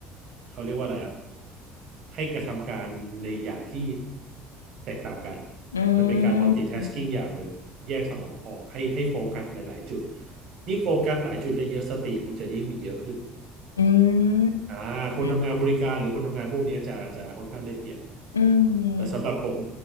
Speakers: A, on the right; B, on the left.
A: เขาเรียกว่าอะไรอะให้กระทำการในอย่างที่แตกต่างกัน
B: อื
A: มันเป็นการ multitasking
B: ม
A: อย่างหนึ่งแยกสมองออกให้ให้โฟกัสหลายๆจุดยิ่งโฟกัสหลายจุดได้เยอะสติคุณจะยิ่งมีเยอะขึ้น
B: อืม
A: อ่าคนทำงานบริการหรือคนทำงานพวกนี้จะจะค่อนข้างได้เปรียบ
B: อืมอืม
A: แต่สำหรับผม